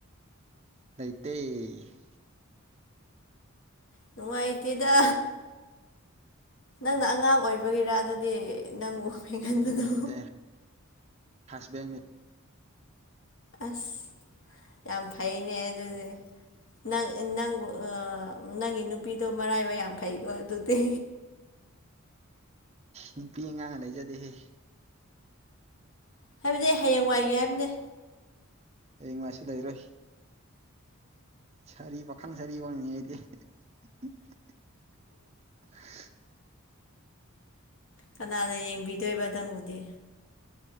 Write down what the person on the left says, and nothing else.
ꯅꯨꯡꯉꯥꯏꯇꯦꯗ ꯅꯪꯅ ꯑꯉꯥꯡ ꯑꯣꯏꯕꯒꯤꯔꯥ ꯑꯗꯨꯗꯤ ꯅꯪ ꯎ ꯃꯤꯦꯟꯒꯟꯕꯗꯣ
ꯑꯁ ꯌꯥꯝ ꯐꯩꯅꯦ ꯑꯗꯨ ꯑꯗꯨꯅꯦ ꯅꯪ ꯅꯪꯕꯨ ꯅꯪꯒꯤ ꯅꯨꯄꯤꯗꯣ ꯃꯔꯥꯏꯕ ꯌꯥꯝ ꯐꯩꯀꯣ ꯑꯗꯨꯗꯤ
ꯍꯥꯏꯕꯗꯤ ꯍꯌꯦꯡꯋꯥꯏꯒꯦ ꯍꯥꯏꯕꯅꯦ
ꯀꯅꯥꯅ ꯌꯦꯡꯕꯤꯗꯣꯏꯕ ꯅꯪꯕꯨꯗꯤ